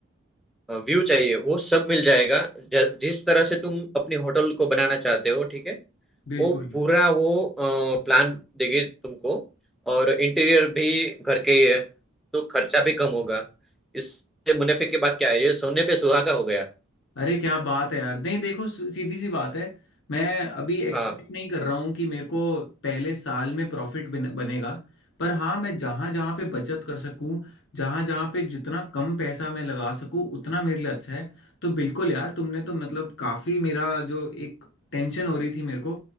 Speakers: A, in the centre; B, on the left (about 60°).
A: व्यू चाहिए वो सब मिल जाएगा ज, जिस तरह से तुम अपनी होटल को बनाना चाहते हो ठीक है
B: बिल्कुल
A: वो पूरा वो अ, प्लान देगी तुमको और इंटीरियर भी घर के ही है तो खर्चा भी कम होगा इससे मुनाफे की बात क्या है ये सोने पे सुहागा हो गया
B: अरे क्या बात है यार नहीं देखो स- सीधी सी बात है मैं अभी एक्सपेक्ट
A: हाँ
B: नहीं कर रहा हूँ कि मेरे को पहले साल में प्रॉफिट बनेगा पर हाँ मैं जहाँ जहाँ पे बचत कर सकूँ जहाँ जहाँ पे जितना कम पैसा मैं लगा सकूँ उतना मेरे लिए अच्छा है तो बिल्कुल यार तुमने तो मतलब काफ़ी मेरा जो एक टेंशन हो रही थी मेरे को